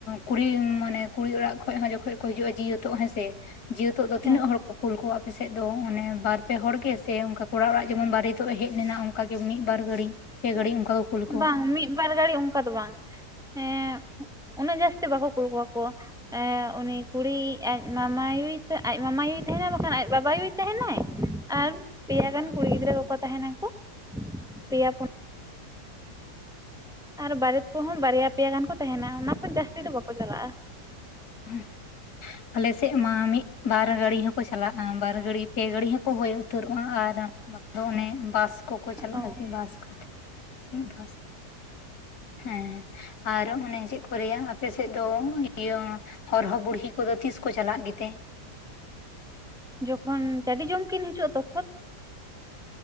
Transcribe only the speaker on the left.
ᱠᱩᱲᱤ ᱢᱟᱱᱮ ᱠᱩᱲᱤ ᱚᱲᱟᱜ ᱠᱷᱚᱱ ᱦᱚᱸ ᱡᱚᱠᱷᱚᱱ ᱠᱚ ᱦᱤᱡᱩᱜᱼᱟ ᱡᱤᱣᱟᱛᱚᱜ ᱦᱮᱸ ᱥᱮ ᱾ ᱡᱤᱣᱟᱛᱚᱜ ᱫᱚ ᱛᱤᱱᱟᱹᱜ
ᱦᱚᱲ ᱠᱚ ᱠᱩᱞ ᱠᱚᱣᱟ? ᱟᱯᱮᱥᱮᱫ ᱫᱚ ᱚᱱᱮ ᱵᱟᱨ ᱯᱮ ᱦᱚᱲ ᱜᱮ ᱥᱮ ᱚᱱᱠᱟ ᱠᱚᱲᱟ ᱚᱲᱟᱜ ᱡᱮᱢᱚᱱ ᱵᱟᱨᱮᱛᱚᱜ ᱮ ᱦᱮᱡ ᱞᱮᱱᱟ ᱚᱱᱠᱟᱟᱜ ᱜᱮ ᱢᱤᱫ ᱵᱟᱨ ᱜᱷᱟᱹᱲᱤ? ᱪᱮ ᱜᱟᱹᱰᱤ ᱚᱱᱠᱟ ᱠᱩᱞ ᱠᱚᱣᱟ
ᱦᱮᱸ ᱟᱞᱮ ᱥᱮᱫ ᱢᱟ ᱢᱤᱫ ᱵᱟᱨ ᱜᱟᱹᱲᱤ ᱦᱚᱸᱠᱚ ᱪᱟᱞᱟᱜᱼᱟ, ᱵᱟᱨ ᱜᱟᱹᱲᱤ ᱯᱮ ᱜᱟᱹᱲᱤ ᱦᱚᱸᱠᱚ ᱦᱚ ᱩᱛᱟᱹᱨᱚᱜᱼᱟ ᱟᱨ ᱵᱟᱝ ᱫᱚ ᱩᱱᱤ ᱵᱟᱥ ᱠᱚᱠᱚ ᱪᱟᱞᱟᱜ
ᱠᱤ ᱵᱟᱥ ᱠᱚᱛᱮ ᱵᱟᱥ ᱦᱮᱸ ᱟᱨ ᱚᱱᱮ ᱪᱮᱫ ᱠᱚ ᱨᱮᱭᱟᱜ ᱟᱯᱮᱥᱮᱫ ᱫᱚ ᱤᱭᱟᱹ ᱦᱚᱨᱦᱚ ᱵᱩᱲᱦᱤ ᱠᱚᱫᱚ ᱛᱤᱥ ᱠᱚ ᱪᱟᱞᱟᱜ ᱜᱮᱛᱮ?